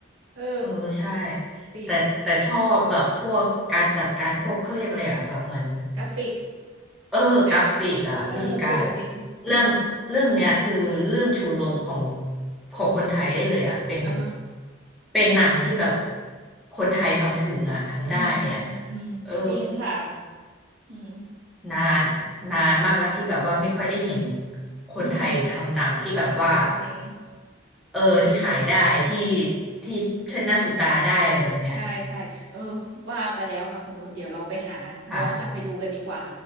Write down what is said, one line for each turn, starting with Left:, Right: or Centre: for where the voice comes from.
Right: เออ
Centre: เออใช่
Right: จริง
Centre: แต่แต่ชอบแบบพวกการจัดการพวกเขาเรียกอะไรอะแบบเหมือน
Right: กราฟิก
Centre: เออกราฟิกอะวิธีการ
Right: แหเออสวยจริง
Centre: เรื่องเรื่องเนี้ยคือเรื่องชูโรงของของคนไทยได้เลยอะเป็น
Right: อ๋อ
Centre: เป็นหนังที่แบบคนไทยทำถึงอะทำได้อะ
Right: อืมอืมอืมอืมจริงค่ะ
Centre: เออ
Right: อืม
Centre: นานนานมากแล้วที่แบบว่าไม่ค่อยได้เห็นคนไทยทำหนังที่แบบว่า
Right: อืมจริงจริง
Centre: เออที่ขายได้ที่ที่เชิดหน้าชูตาได้อะไรแบบเนี้ย
Right: ใช่ใช่เออว่าไปแล้วค่ะคุณนุชเดี๋ยวเราไปหาย้อนกลับไปดูกันดีกว่า
Centre: ค่ะ